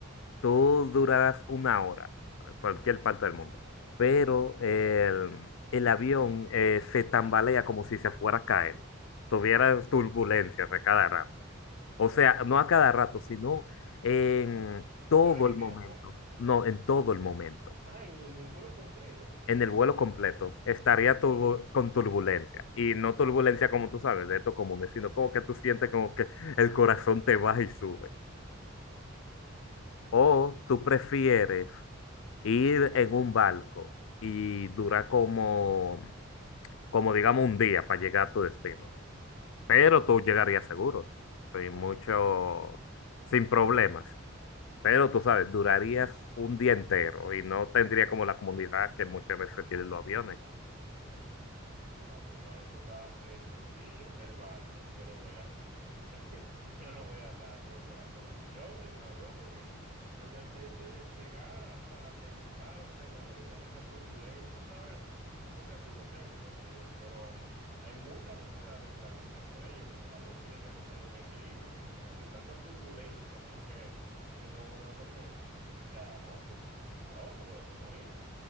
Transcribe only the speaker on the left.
tú durarás una hora a cualquier parte del mundo, pero el, el avión eh, se tambalea como si se fuera a caer, tuviera turbulencias a cada rato. O
sea,
no a cada
rato, sino en todo
el
momento, no, en todo el momento.
En el vuelo completo estaría turbu- con turbulencia. Y no turbulencia como tú sabes, de estos comunes, sino como que tú sientes como que el corazón te baja y sube. O tú prefieres ir en un barco y dura como, como digamos un día para llegar a tu destino. Pero tú llegarías seguro, sin mucho, sin problemas. Pero tú sabes, durarías un día entero y no tendría como la comunidad que muchas veces tienen los aviones.